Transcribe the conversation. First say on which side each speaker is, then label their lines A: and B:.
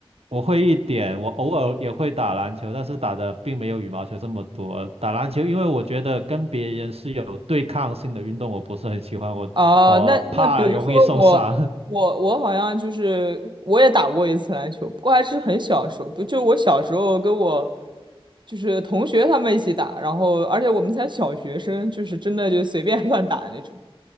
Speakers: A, on the right (about 80°); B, on the right (about 50°).
A: 我会一点，我偶尔也会打篮球，但是打的并没有羽毛球这么多。打篮球，因为我觉得跟别人是有对抗性的运动，我不是很喜欢，我我怕容易受伤。
B: 哦，那那比如说我我我好像就是我也打过一次篮球，
A: <laughs>
B: 不过还是很小的时候，不就我小时候跟我就是同学他们一起打，然后而且我们才小学生，就是真的就随便 <laughs> 乱打那种。